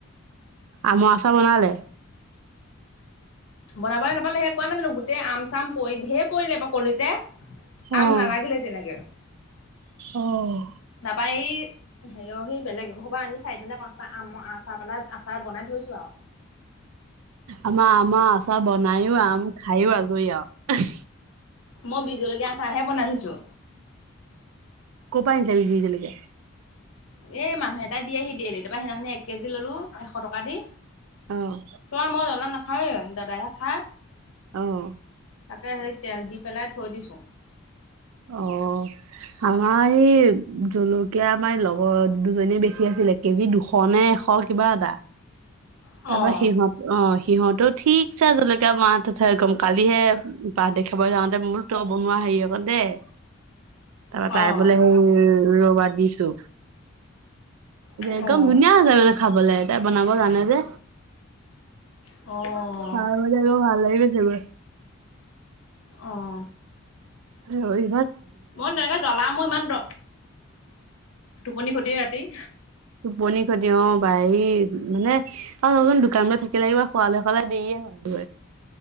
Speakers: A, on the right; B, on the left.
A: আম আচাৰ বনালে
B: বনাবলে নাপালোৱে সে কোৱা নাই জানো গোটেই আম চাম পৰিলে ধে পৰিলে বা কলিতে।
A: অ',
B: আম নালাগিলে তেনেকে
A: অ',
B: নাপাই ই হেৰিয় ঘ বেলেগ এঘপা আনিছে চাৰি নে পাঁচটা আম মই আ চা পেলাই আচাৰ বনাই থৈছো আও।
A: আমাৰ আমাৰ আচাৰ বনায়ো আম খায়ো আজৰি আও
B: মই বিজলকীয়া আচাৰহে বনাই থৈছো।
A: ক' পা আনিছে বি জলকিয়া?
B: এ মানুহ এটা দিয়েহি ডেইলি তাপা সেইদিনাখনি এক কেজি ললো এশ টকা দি
A: অ',
B: তোমাৰ মই জলা নাখাওঁ য়ে, দাদাহে খাই।
A: অহ।
B: তাকে সেই তেল দি পেলাই থৈ দিছো।
A: অ আমাৰ এই জলকীয়া আমাৰ লগৰ দুজনী বেছি আছিল কেজি দুশ নে এশ কিবা এটা
B: অ',
A: তা পা সিহঁত অ হি সিহঁতো ঠিকছে জলকীয়া মাহতো থয় গম পালিহে বা দেখাব যাওঁতে মই বোলো ত বনোৱা হেৰি অক দে- তা
B: অ',
A: তাই বোলে অঅ ৰবা দিছো
B: অ',
A: একদম ধুনীয়া হৈ যায় মানে খাবলে তাই বনাব জানে যে।
B: অ',
A: হা মজে ভাল লাগিলে চাগে
B: অহ।
A: জু হই
B: মই তেনেকে জ্বলা মোৰ ইমান দ টোপনি-খতি ৰাতি।
A: টোপনি খতি অ গাৰী মানে অ চাবচোন দোকানলে থাকিলে কিবা খোৱালে শুৱালে দেৰিয়ে হয়গে উ